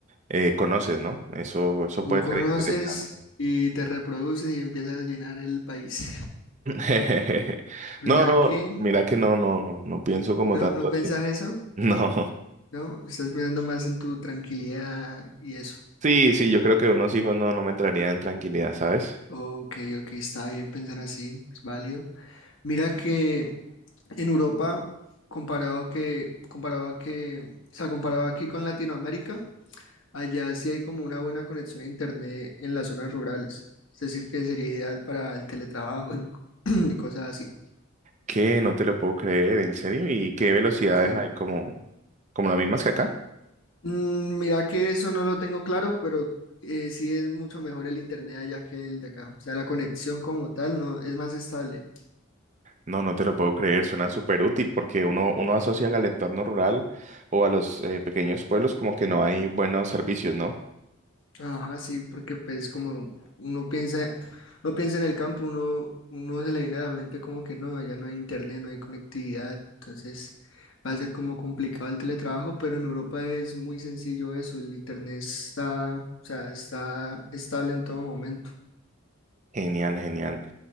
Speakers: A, on the right; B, on the left.
A: eh, conoces, ¿no? Eso, eso
B: Tú
A: puede
B: conoces
A: ser interesante.
B: y te reproduces y empiezas a llenar el país.
A: <laughs>
B: <laughs> Mira
A: No, no,
B: que,
A: mira que no, no, no, no pienso como
B: ¿no,
A: tanto
B: no
A: así.
B: pensás
A: <laughs>
B: eso?
A: No.
B: ¿No? Estás pensando más en tu tranquilidad y eso.
A: Sí, sí, yo creo que unos hijos no, no me traerían tranquilidad, ¿sabes?
B: Ok, ok, está bien pensar así, es válido. Mira que en Europa, comparado que, comparado a que, o sea, comparado aquí con Latinoamérica, Allá sí hay como una buena conexión a internet en las zonas rurales. Es decir, que sería ideal para el teletrabajo y, co- <clears throat> y cosas así.
A: Que no te lo puedo creer, en serio. ¿Y qué velocidades
B: Sí.
A: hay como, como las mismas que acá?
B: Mm, mira que eso no lo tengo claro, pero eh, sí es mucho mejor el internet allá que el de acá. O sea, la conexión como tal no es más estable.
A: No, no te lo puedo creer, suena súper útil porque uno, uno asocia al entorno rural o a los eh, pequeños pueblos como que no hay buenos servicios, ¿no?
B: Ajá, sí, porque pues como uno piensa, uno piensa en el campo, uno, uno se le viene a la mente como que no, allá no hay internet, no hay conectividad, entonces va a ser como complicado el teletrabajo, pero en Europa es muy sencillo eso, el internet está, o sea, está estable en todo momento,
A: Genial, genial.